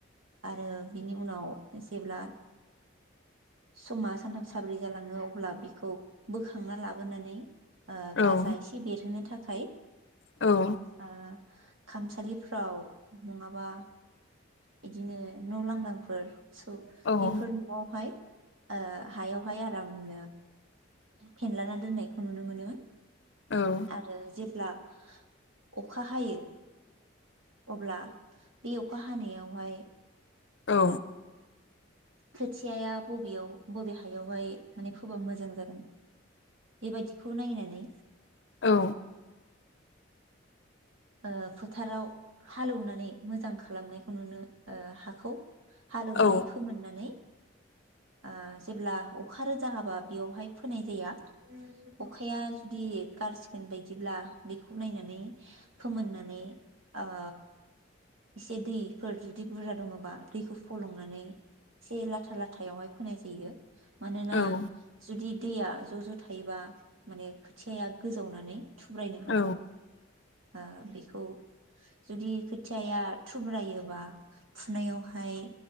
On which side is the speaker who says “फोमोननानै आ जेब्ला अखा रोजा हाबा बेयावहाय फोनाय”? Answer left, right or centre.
Right